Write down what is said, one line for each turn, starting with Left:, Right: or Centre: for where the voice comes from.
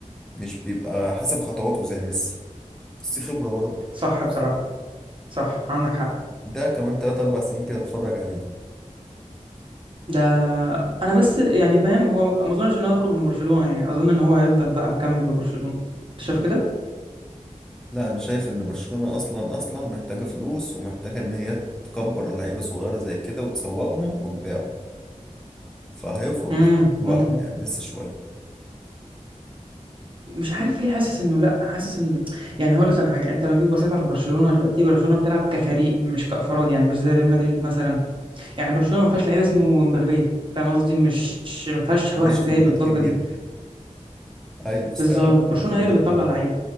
Centre: مش بيبقى حسب خطواته زي ميسي بس خبرة برضه
Right: صح بصراحة صح عندك حق
Centre: ده كمان تلات أربع سنين كده اتفرج عليه
Right: ده انا بس يعني فاهم هو ما اظنش ان هو يخرج من برشلونة يعني اظن ان هو هيفضل بقى مكمل في برشلونة انت شايف كده
Centre: لا أنا شايف إن برشلونة أصلا أصلا محتاجة فلوس ومحتاجة إن هي تكبر لعيبة صغيرة زي كده وتسوقهم وتبيعهم فهيخرج
Right: امم
Centre: بس في الوقت
Right: ممكن
Centre: يعني لسه شوية
Right: مش عارف ليه حاسس انه لا حاسس ان يعني هقول لك على حاجه انت لو جيت بصيت على برشلونه دلوقتي برشلونه بتلعب كفريق مش كافراد يعني مش زي ريال مدريد مثلا يعني برشلونه ما فيهاش لعيب اسمه مبابي فاهم قصدي مش ما فيهاش
Centre: مبقاش
Right: واحد
Centre: خبرات
Right: جاي بالضجه
Centre: كبيرة
Right: دي
Centre: أيوة استغنى
Right: بالظبط برشلونه
Centre: عن خبراتهم
Right: هي اللي بتطلع لعيب